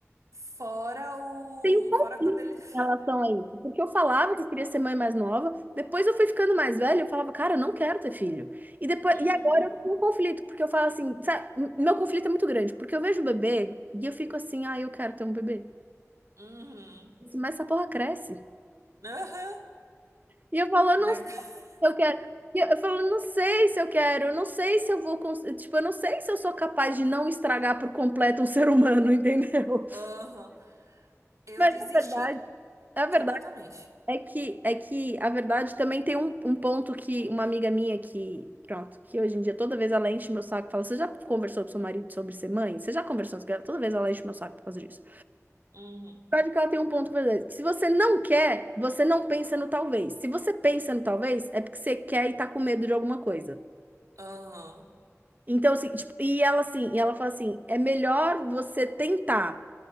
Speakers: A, on the right; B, on the right.
A: Fora o.
B: Tem um conflito
A: Fora quando ele. <laughs>
B: em relação a isso, porque eu falava que eu queria ser mãe mais nova, depois eu fui ficando mais velha, eu falava, cara, eu não quero ter filho. E depois,
A: Uhum,
B: e agora eu tenho um conflito, porque eu falo assim, sabe, meu conflito é muito grande, porque eu vejo o bebê e eu fico assim, ah, eu quero ter um bebê.
A: uhum,
B: Mas essa porra cresce.
A: aham,
B: E eu falo, eu
A: mas.
B: não Eu quero. E Eu eu falo, não sei se eu quero, eu não sei se eu vou, cons- tipo, eu não sei se eu sou capaz de não estragar por completo um ser humano, <laughs> entendeu?
A: <laughs> Aham. Eu
B: Mas
A: desisti
B: a verdade, a verdade
A: completamente.
B: é que é que a verdade também tem um, um ponto que uma amiga minha que, pronto, que hoje em dia toda vez ela enche meu saco, e fala, você já conversou com seu marido sobre ser mãe? Você já conversou com ela? Toda vez ela enche meu saco por causa disso.
A: Uhum,
B: A verdade é que ela tem um ponto verdadeiro, que se você não quer, você não pensa no talvez. Se você pensa no talvez, é porque você quer e tá com medo de alguma coisa.
A: aham,
B: Então, assim, tipo, e ela assim, e ela fala assim: é melhor você tentar,